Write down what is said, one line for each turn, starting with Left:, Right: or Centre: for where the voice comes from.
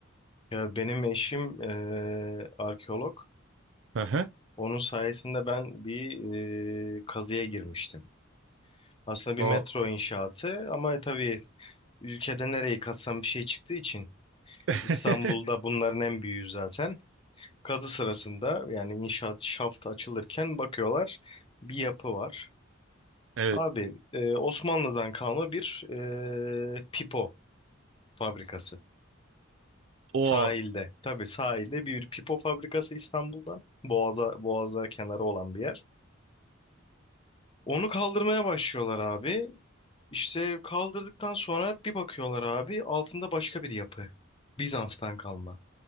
Left: Ya benim eşim eee, arkeolog.
Right: Aha.
Left: Onun sayesinde ben bir eee, kazıya girmiştim. Aslında bir
Right: Aa,
Left: metro inşaatı ama tabii ülkede nereyi kazsam bir şey çıktığı için
Right: <laughs>
Left: İstanbul'da bunların en büyüğü zaten. Kazı sırasında yani inşaat şaftı açılırken bakıyorlar bir yapı var.
Right: evet.
Left: Abi e, Osmanlı'dan kalma bir e, pipo fabrikası
Right: O
Left: sahilde. Tabii sahilde bir pipo fabrikası İstanbul'da. Boğaza, Boğaz'a kenarı olan bir yer. Onu kaldırmaya başlıyorlar abi. İşte kaldırdıktan sonra bir bakıyorlar abi altında başka bir yapı. Bizans'tan kalma.